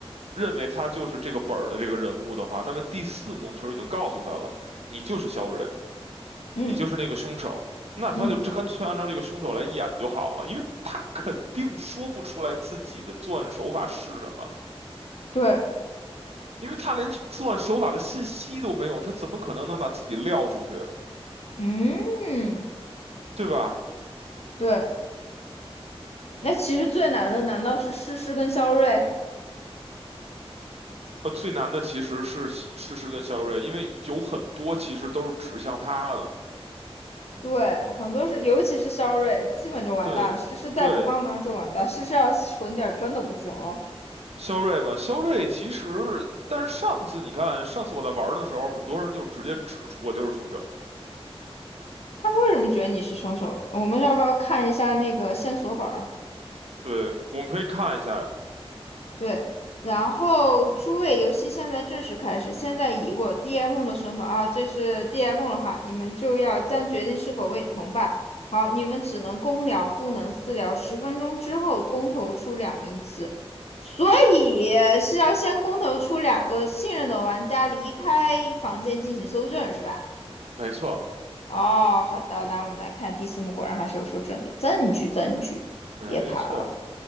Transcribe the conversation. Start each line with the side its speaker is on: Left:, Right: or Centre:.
Right: 认为他就是这个本儿的这个人物的话，那么第四幕的时候已经告诉他了，你就是肖瑞，
Left: 嗯
Right: 你就是那个凶手。那他就这干脆按照这个凶手来演就好了，
Left: 嗯，
Right: 因为他肯定说不出来自己的作案手法是什么。
Left: 对，
Right: 因为他连作案手法的信息都没有，他怎么可能能把自己撂出去，
Left: 嗯
Right: 对吧？
Left: 对，那其实最难的难道是诗诗跟肖瑞？
Right: 呃，最难的其实是事实跟肖瑞，因为有很多其实都是指向他的。
Left: 对，很多是，尤其是肖瑞，基本就完蛋了。
Right: 对对，
Left: 诗诗再不帮忙就完蛋，诗诗要是蠢点儿真的不行了。
Right: 肖瑞嘛，肖瑞其实，但是上次你看，上次我在玩的时候，很多人就直接指出我就是凶手。
Left: 他们为什么觉得你是凶手？我们要不要看一下那个线索本儿？
Right: 对，我们可以看一下，
Left: 对，然后诸位游戏现在正式开始。现在以我 DM 的身份啊，这是 DM 的话，你们就要将决定是否为你同伴。好，你们只能公聊，不能私聊。十分钟之后公投出两名字，所以是要先公投出两个信任的玩家离开房间进行搜证，是吧？
Right: 没错
Left: 哦，好的，来我们来看第四幕，果然还是有搜证的证据，证据，
Right: 没错，
Left: 别跑，